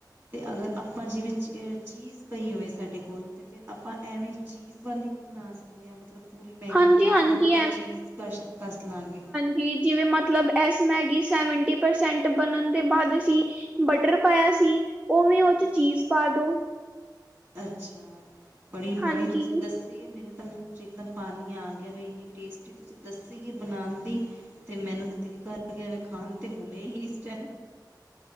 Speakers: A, on the right; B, on the right.
A: ਅਤੇ ਅਗਰ ਆਪਾਂ ਜਿਵੇਂ ਚ ਚੀਜ਼ ਪਈ ਹੋਵੇ, ਸਾਡੇ ਕੋਲ ਤਾਂ ਫਿਰ ਆਪਾਂ ਐਵੇਂ ਚੀਜ਼ ਚੀਜ਼ ਵਾਲੀ ਵੀ ਬਣਾ ਸਕਦੇ, ਹਾਂ ਮਤਲਬ ਪੂਰੀ ਮੈਗੀ
B: ਹਾਂਜੀ
A: ਬਣਾ
B: ਹਾਂਜੀ
A: ਕੇ ਉੱਪਰ ਚੀਜ਼ ਕਸ਼ ਕੱਸ ਲਾਗੈ।
B: ਕਿ ਜਿਵੇਂ ਮਤਲਬ ਇਸ ਮੈਗੀ ਸੈਵਨਟੀ ਪਰਸੈਂਟ ਬਣਨ ਦੇ ਬਾਅਦ ਅਸੀਂ ਬਟਰ ਪਾਇਆ ਸੀ, ਉਵੇਂ
A: ਹੂੰ।
B: ਉਹ ਚ ਚੀਜ਼ ਪਾ ਦੋ।
A: ਅੱਛਾ ਬੜੀ,
B: ਹਾਂਜੀ
A: ਬੜੀ ਤੁਸੀ ਸੀਗੇ ਮੇਰੇ ਤਾਂ ਮੂੰਹ ਚ ਇੱਕਦਮ ਪਾਣੀ ਆ ਗਿਆ, ਵੈ ਇੰਨੀ ਟੇਸਟ ਚ ਤੁਸੀਂ ਦੱਸੀ, ਕਿ ਬਣਾਉਣ ਦੀ ਤੇ ਮੈਨੂੰ ਤੇ ਦਿਲ ਕਰਗਿਆ ਵੈ, ਖਾਣ ਤੇ ਹੁਣੇ ਹੀ ਇਸ ਟਾਈਮ